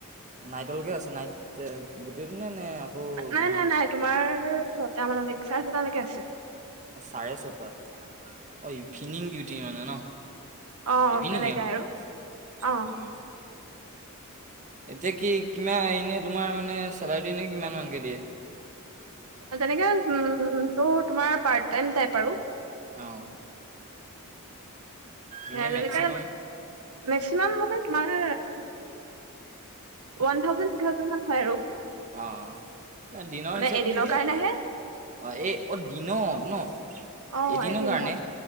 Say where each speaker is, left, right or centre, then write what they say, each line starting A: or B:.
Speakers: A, on the right (about 35°); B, on the right (about 75°).
A: নাইটলেকে আছে, নাইট, গোটেইটো নে? নে আকৌ তোমাৰ
B: নাই, নাই, নাই, তোমাৰ ছটা মানলে, চাৰে ছটালেকে আছে।
A: চাৰে ছটা, অ' ইভিনিং ডিউটি মানে ন?
B: অ
A: ইভিনিংয়ে
B: তেনেকাই
A: আও।
B: আৰু অ
A: এতিয়া কি, কিমা এনে তোমাৰ মানে চেলাৰিটো এনে কিমান মানকে দিয়ে?
B: তেনেকে উম', তোৰ তোমাৰ পাৰ্টটাইম টাইপ আৰু।
A: অ', এনেই
B: যেনেকে,
A: মেক্সিমাম
B: মেক্সিমাম মানে তোমাৰ ওৱান থাউজেণ্ড, টু থাউজেণ্ড মান হয় আৰু।
A: অ', দিনৰ
B: মানে
A: হিচাপত
B: এদিনৰ
A: ঠিকেই।
B: কাৰণেহে
A: অ', এই অ', দিনত ন'?
B: অ',
A: এদিনৰ
B: এদিনত
A: কাৰণে,